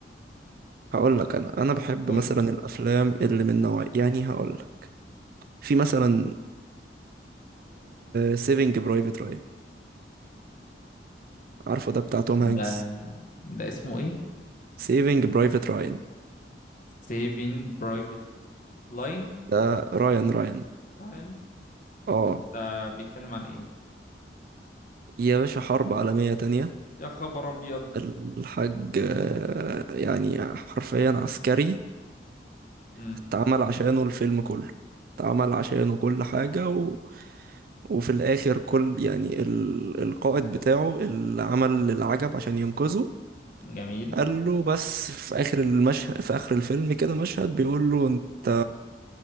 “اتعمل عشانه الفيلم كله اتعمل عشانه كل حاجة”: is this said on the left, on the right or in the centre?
Right